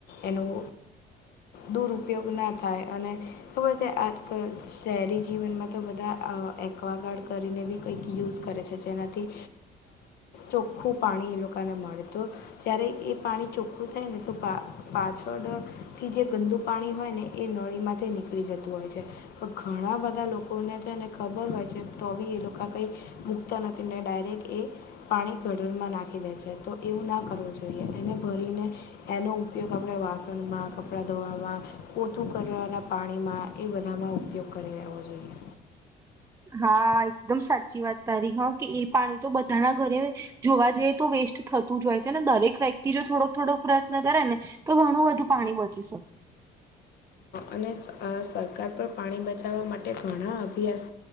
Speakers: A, on the left (about 70°); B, on the right (about 15°).
A: એનું દુરપયોગ ના થાય અને ખબર છે આજકાલ શહેરી જીવનમાં તો બધા એકવાગાર્ડ કરીને બી કંઈક યુઝ કરે છે જેનાથી ચોખ્ખું પાણી એ લોકોને મળે‌ તો જ્યારે એ પાણી ચોખ્ખું થાય ને તો પા પાછળ થી જે ગંદુ પાણી હોય ને એ નળીમાંથી નીકળી જતું હોય છે. પણ ઘણા બધા લોકોને છેને ખબર હોય છે તો બી એ લોકો કઈ મુૂકતા નથી ને ડાયરેક્ટ એ પાણી ગટરમાં નાખી દે છે તો એવું ના કરવું જોઈએ એને ભરીને એનો ઉપયોગ આપણે વાસણમાં, કપડાં ધોવામાં પોતું કરવાના પાણીમાં એ બધામાં ઉપયોગ કરી લેવો જોઈએ.
B: હા એકદમ સાચી વાત તારી હા કે એ પાણી તો બધાના ઘરે જોવા જઈ તો વેસ્ટ થતું જ હોય. ને દરેક વ્યક્તિ જો થોડોક થોડો પ્રયત્ન કરે ને તો ઘણું બધુ પાણી બચી શકે.
A: અને સરકાર પર પાણી બચાવવા માટે ઘણા અભ્યાસ